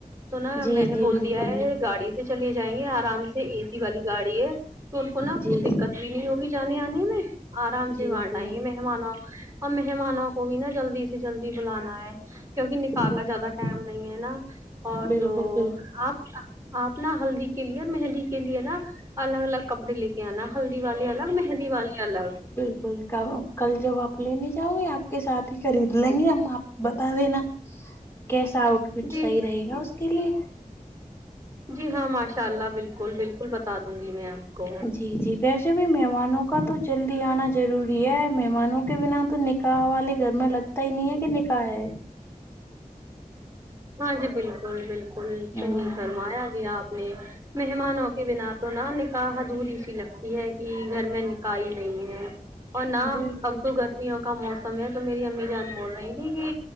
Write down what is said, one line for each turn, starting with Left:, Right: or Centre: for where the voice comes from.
Right: تو نا
Left: جی
Right: میں نے
Left: جی
Right: بول
Left: بالکل
Right: دیا ہے گاڑی سے چلے جائیں گے آرام سے اے سی والی گاڑی ہے تو ان کو نا
Left: جی
Right: کچھ
Left: جی
Right: دقت بھی نہیں ہوگی جانے آنے میں آرام سے
Left: جی
Right: بانٹ آئیں
Left: جی
Right: گے میں مہمانوں اور مہمانوں کو بھی نا جلدی سے جلدی بلانا ہے کیونکہ نکاح
Left: بالکل
Right: کا زیادہ ٹائم نہیں ہے نا اور
Left: بالکل
Right: جو
Left: بالکل
Right: آپ آپ نا ہلدی کے لیے مہندی کے لیے نا الگ الگ کپڑے لے کے کے انا ہلدی والے الگ مہندی والے الگ
Left: کب کا کل جب آپ لینے جاؤ گے آپ کے ساتھ ہی خرید لیں گے ہم آپ کو بتا دینا کیسا آؤٹ فٹ
Right: جی
Left: صحیح رہے گا اس کے لیے
Right: جی ہاں ماشاء اللہ بالکل بالکل بتا دوں گی میں آپ کو
Left: جی جی ویسے بھی مہمانوں کا تو جلدی آنا ضروری ہے مہمانوں کے بنا تو نکاح والے گھر میں لگتا ہی نہیں ہے کہ نکاح ہے
Right: ہاں جی بالکل بالکل بالکل
Left: ہوں
Right: صحیح فرمایا جی آپ نے مہمانوں کو کے بنا تو نا نکاح دھور ای سی لگتی ہے کہ گھر میں نکاح ہی نہیں ہے اور نہ
Left: بالکل
Right: اب تو گرمی ہو کا موسم ہے تو میری امی جان بول رہی تھی کہ